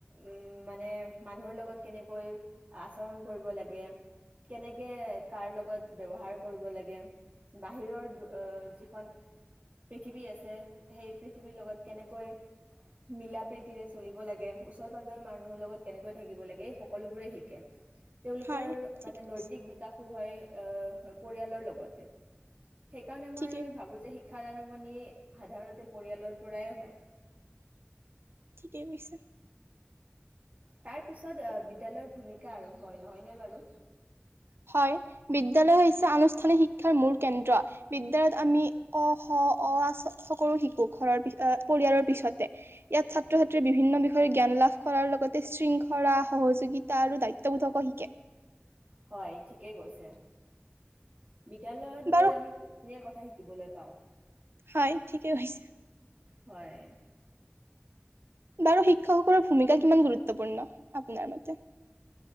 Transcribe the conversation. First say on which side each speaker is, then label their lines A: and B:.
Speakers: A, on the right; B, on the right.
A: উম, মানে মানুহৰ লগত কেনেকৈ আচৰণ কৰিব লাগে, কেনেকে কাৰ লগত ব্যৱহাৰ কৰিব লাগে, বাহিৰৰ অহ যিখন পৃথিৱী আছে সেই পৃথিৱীৰ লগত কেনেকৈ মিলা প্ৰীতিৰে চলিব লাগে, ওচৰে পাজৰৰ মানুহৰ লগত কেনেকৈ থাকিব লাগে সকলোবোৰে শিকে তেওঁলোকৰ
B: হয় ঠিকে
A: মানে নৈতিক
B: কৈছে
A: বিকাশ হয় পৰিয়ালৰ লগতে সেইকাৰণে মই
B: ঠিকে
A: ভাবোঁ যে শিক্ষাৰ আৰম্ভণি সাধাৰণতে পৰিয়ালৰ পৰাই হয়
B: ঠিকেই কৈছে।
A: তাৰ পিছত বিদ্যালয়ৰ ভূমিকা আৰম্ভ হয়, নহয়নে বাৰু?
B: হয়, বিদ্যালয় হৈছে আনুষ্ঠানিক শিক্ষাৰ মূল কেন্দ্ৰ। বিদ্যালয়ত আমি অ, শ, অ, আ সকলো শিকো ঘৰৰ পৰিয়ালৰ পিছতে। ইয়াত ছাত্ৰ ছাত্ৰীয়ে বিভিন্ন বিষয়ে জ্ঞান লাভ কৰাৰ লগতে শৃংখলা, সহযোগিতা আৰু দায়িত্ববোধকো শিকে।
A: হয়, ঠিকেই কৈছে। বিদ্যালয়ত
B: বাৰু
A: গৈ আমি <unintelligible> কথা শিকোঁ। শিকিবলৈ পাওঁ।
B: হয়, ঠিকেই কৈছে।
A: হয়।
B: বাৰু শিক্ষকসকলৰ ভূমিকা কিমান গুৰুত্বপূৰ্ণ? আপোনাৰ মতে?